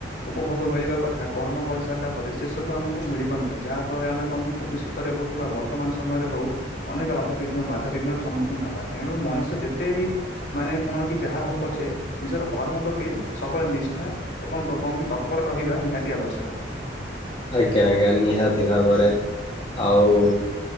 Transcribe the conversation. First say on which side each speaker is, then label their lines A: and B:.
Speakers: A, on the left (about 60°); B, on the left (about 25°).
A: ଉପଭୋଗ ମିଳିବା କଥା କର୍ମ କରିସାରିଲା ପ ରେ ସେସବୁ ଆମକୁ ମିଳିବ ନାହିଁ ଯାହା ଫଳରେ ଆମେ କଣ କି ଭବିଷ୍ୟତରେ ହଉ କିମ୍ବା ବର୍ତ୍ତମାନ ସମୟରେ ହଉ। ଅନେକ ବାଧାବିଘ୍ନ ବାଧାବିଘ୍ନ ର ସମ୍ମୁଖୀନ ହେବା ତେଣୁ ମଣିଷ ଯେତେ ବି। ମାନେ କଣ କି ଯାହା ହଉ ପଛେ ନିଜର କର୍ମ ପ୍ରତି ସବୁବେଳେ ନିଷ୍ଠା। ଏବଂ କଣ କି ତତ୍ପର ରହିବା ନିହାତି ଆବଶ୍ୟକ।
B: ଆଜ୍ଞା ଆଜ୍ଞା ନିହାତି ଭାବରେ ଆଉ।